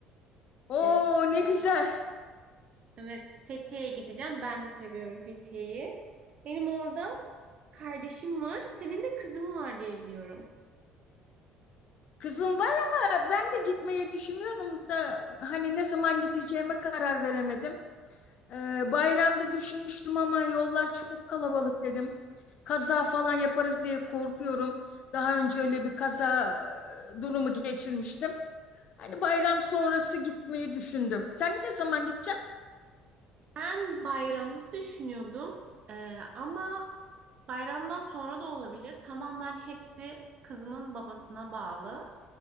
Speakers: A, on the left; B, on the right.
A: Oo
B: Ee,
A: ne
B: e,
A: güzel.
B: evet, Fethiye'ye gideceğim. Ben de seviyorum Fethiye'yi. Benim orada kardeşim var. Senin de kızın var diye biliyorum.
A: Kızım var ama ben de gitmeyi düşünüyordum da hani ne zaman gideceğime karar veremedim. Ee, bayramda düşünmüştüm ama yollar çok kalabalık dedim. Kaza falan yaparız diye korkuyorum. Daha önce öyle bir kaza e, durumu geçirmiştim. Hani bayram sonrası gitmeyi düşündüm. Sen ne zaman gideceksin?
B: Ben bayramda düşünüyordum. Ee, ama bayramdan sonra da olabilir. Tamamen hepsi kızımın babasına bağlı.